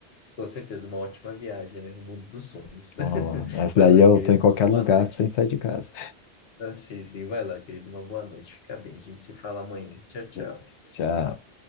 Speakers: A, on the left; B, on the left.
A: Com certeza, uma ótima viagem, né? O mundo dos sonhos. <laughs>
B: Hum, essa
A: Vai
B: daí
A: lá,
B: eu
A: querido.
B: tô em qualquer
A: Uma boa
B: lugar
A: noite.
B: sem sair de casa.
A: Ah, sim, sim. Vai lá, querido. Uma boa noite. Fica bem. A gente se fala amanhã. Tchau, tchau.
B: <laughs> Tchau.